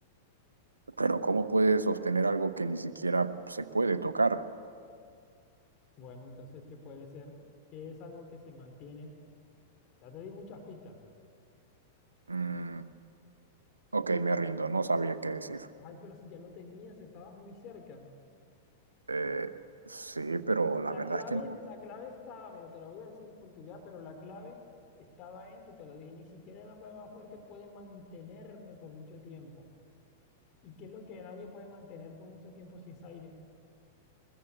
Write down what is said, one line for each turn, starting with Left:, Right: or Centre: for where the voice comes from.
Right: pero ¿cómo puede sostener algo que ni siquiera se puede tocar?
Left: Bueno, entonces, ¿qué puede ser? ¿Qué es algo que se mantiene? Ya te di muchas pistas.
Right: Mm, ok, me rindo, no sabría qué decir.
Left: Ay, pero si ya lo tenías, estabas muy cerca.
Right: Eh, sí, pero la
Left: La
Right: verdad
Left: clave,
Right: es que no.
Left: es- la clave estaba, mira, te lo voy a decir porque ya, pero la clave estaba en que te lo dije, ni siquiera el hombre más fuerte puede mantenerme por mucho tiempo. ¿Y qué es lo que nadie puede mantener por mucho tiempo si es aire?